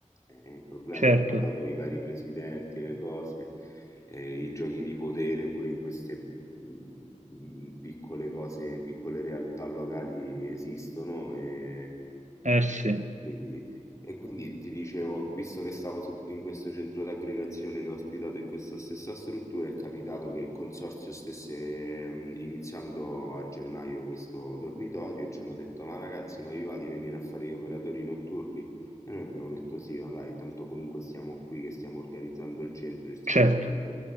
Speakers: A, on the left; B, on the right.
A: E il problema
B: certo,
A: è che poi dopo i vari presidenti, le cose, eh, i giochi di potere, pure in queste mm, mm, piccole cose, piccole realtà locali esistono. E...
B: eh sì,
A: Quindi, e quindi ti dicevo, visto che stavo su- in questo centro d'aggregazione che ho ospitato in questa stessa struttura, è capitato che il consorzio stesse ehm, iniziando a gennaio questo dormitorio e ci hanno detto: Ma ragazzi, ma vi va di venire a fare gli operatori notturni? E noi abbiamo detto: Sì, ma dai, tanto comunque stiamo qui che stiamo organizzando il centro, ci stiamo
B: certo.
A: sempre.